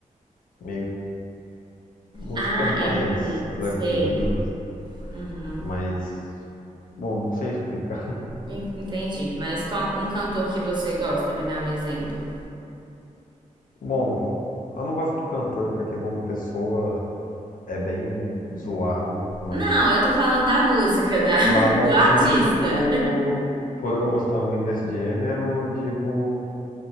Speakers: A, on the left (about 75°); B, on the right (about 35°).
A: meio músicas
B: Ah,
A: mais
B: R. E.
A: tranquilas,
B: sei. Uhum.
A: mais Bom, não sei explicar.
B: En- Entendi. Mas qual um cantor que você gosta? Me dá um exemplo.
A: Bom, eu não gosto do cantor porque como pessoa é bem zoado, mas
B: Não, eu tô falando da música, da, <laughs>
A: o lado artístico,
B: do artista.
A: por eu gostar muito desse gênero, eu digo